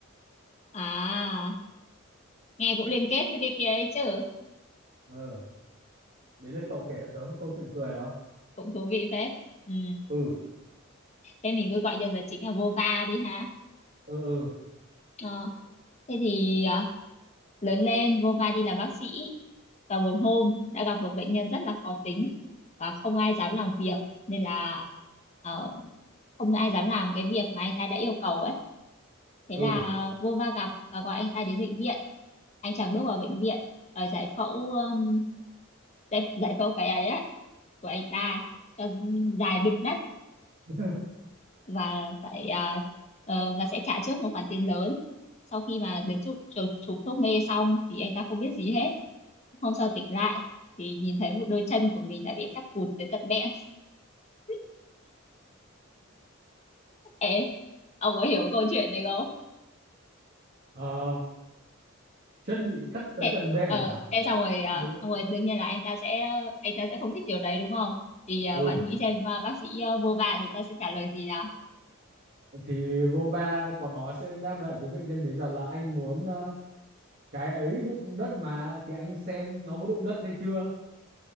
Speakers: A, on the left; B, on the right.
A: à nghe cũng liên kết với cái kia ấy chứ
B: ờ đấy là cậu kể cho tớ một câu chuyện cười đó
A: cũng thú vị phết ừ.
B: Ừ,
A: thế mình cứ gọi nhân vật chính là Vova đi ha
B: ừ,
A: ờ, thế thì à, lớn lên vô vai đi làm bác sĩ và một hôm đã gặp một bệnh nhân rất là khó tính và không ai dám làm việc nên là ờ, không ai dám làm cái việc mà anh ta đã yêu cầu ấy thế
B: ừ,
A: là
B: ừ.
A: vô va gặp và gọi anh ta đến bệnh viện anh chàng bước vào bệnh viện ở giải phẫu um, giải, giải phẫu cái ấy á, của anh ta cho dài đụng đất
B: <laughs>
A: và phải ờ, ờ, và sẽ trả trước một khoản tiền lớn sau khi mà được chụp chụp, chụp thuốc mê xong thì anh ta không biết gì hết Hôm sau tỉnh lại thì nhìn thấy một đôi chân của mình đã bị cắt cụt tới tận bẹn. <laughs> Ê, ông có hiểu cái câu chuyện này không?
B: Ờ, chân bị cắt tới
A: Thế,
B: tận bẹn
A: ờ,
B: à?
A: thế xong rồi, ờ,
B: Ừ.
A: xong rồi đương nhiên là anh ta sẽ, anh ta sẽ không thích điều đấy đúng không? Thì ờ,
B: Ừ,
A: bạn nghĩ xem ờ, bác sĩ ờ, vô vạ chúng ta sẽ trả lời gì nào?
B: thì Vova có nói sẽ đáp lại với bệnh nhân đấy rằng là anh muốn ờ, cái ấy đụng đất mà thì anh xem nó có đụng đất hay chưa.